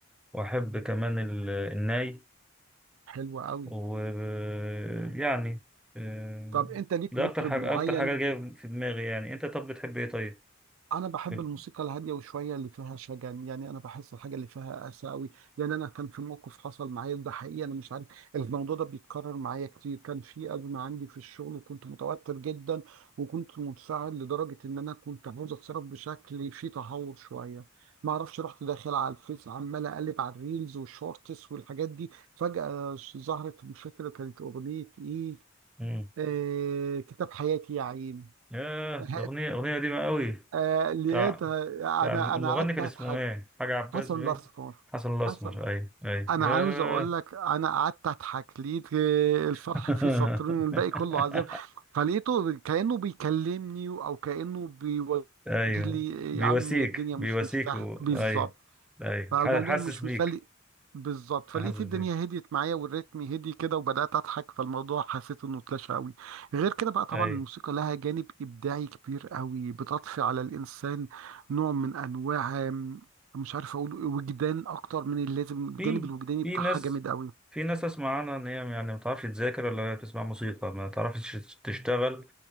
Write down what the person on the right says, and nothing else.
حلوه قوي
طب انت ليك
مطرب
معين
انا بحب
الموسيقى الهاديه وشويه اللي فيها شجن يعني انا بحس الحاجه اللي فيها اسى قوي لان انا كان في موقف حصل معايا ده حقيقي انا مش عارف الموضوع ده بيتكرر معايا كتير كان في ازمه عندي في الشغل وكنت متوتر جدا وكنت منفعل لدرجه ان انا كنت عاوز اتصرف بشكل فيه تهور شويه ما اعرفش رحت داخل على الفيس عمال اقلب على الريلز والشورتس والحاجات دي فجاه ظهرت مش فاكره كانت اغنيه ايه
آه كتاب حياتي يا عين
<laughs>
آه لقيتها
انا
انا قعدت
اضحك
حسن
الاسمر
حسن
انا
عاوز اقول لك انا قعدت اضحك لقيت آه، الفرح
فيه سطرين والباقي كله عذاب فلقيته كانه بيكلمني او كانه بيوجه
لي
يا عم الدنيا
مش مستاهله
بالظبط
فالموضوع
مش
مسلي بالظبط فلقيت
الدنيا
هديت معايا والريتم هدي كده وبدأت أضحك فالموضوع حسيت إنه اتلاشى قوي غير كده بقى طبعا
الموسيقى لها جانب إبداعي كبير قوي بتضفي على الإنسان نوع من أنواع آم، مش عارف أقول وجدان أكتر من اللازم الجانب
الوجداني
بتاعها
جامد قوي